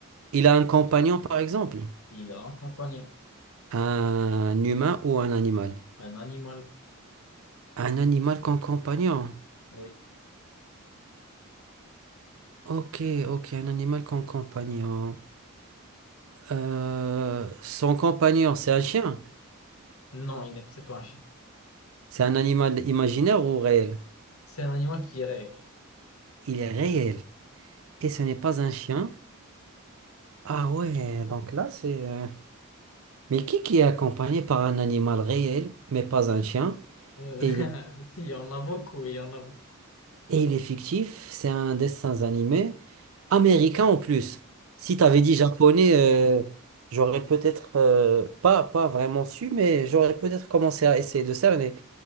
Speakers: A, on the right; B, on the left.
A: Il a un compagnon par exemple,
B: Il a un compagnon.
A: un humain ou un animal.
B: Un animal.
A: Un animal comme compagnon.
B: Oui.
A: Ok, ok, un animal comme compagnon. Euh, son compagnon, c'est un chien.
B: Non, il n'est, c'est pas un chien.
A: C'est un animal imaginaire ou réel?
B: C'est un animal qui est réel.
A: Il est réel. Et ce n'est pas un chien? Ah ouais, donc là c'est... euh, Mais qui qui est accompagné par un animal réel, mais pas un chien?
B: Euh,
A: Et
B: <laughs>
A: il est,
B: si, il y en a beaucoup, il y en a beaucoup.
A: et il est fictif, c'est un dessin animé américain en plus. Si t'avais dit japonais, euh, j'aurais peut-être euh, pas, pas vraiment su, mais j'aurais peut-être commencé à essayer de cerner.